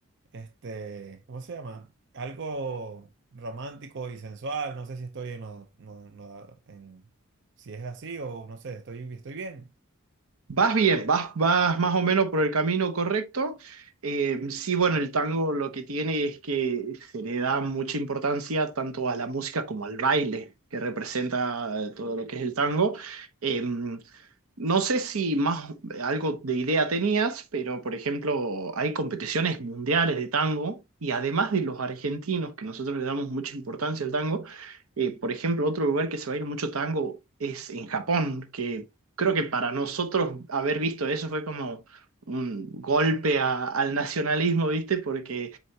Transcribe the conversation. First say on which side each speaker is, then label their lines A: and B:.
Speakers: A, on the right; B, on the right.
A: este, ¿cómo se llama? Algo romántico y sensual, no sé si estoy en, lo- no- no- en si es así o no sé, estoy, estoy bien.
B: Vas bien, vas, vas más o menos por el camino correcto. Eh, sí, bueno, el tango lo que tiene es que se le da mucha importancia tanto a la música como al baile que representa eh, todo lo que es el tango. Eh, no sé si más algo de idea tenías, pero por ejemplo, hay competiciones mundiales de tango y además de los argentinos, que nosotros le damos mucha importancia al tango, eh, por ejemplo, otro lugar que se baila mucho tango es en Japón, que creo que para nosotros haber visto eso fue como un golpe a- al nacionalismo, ¿viste? Porque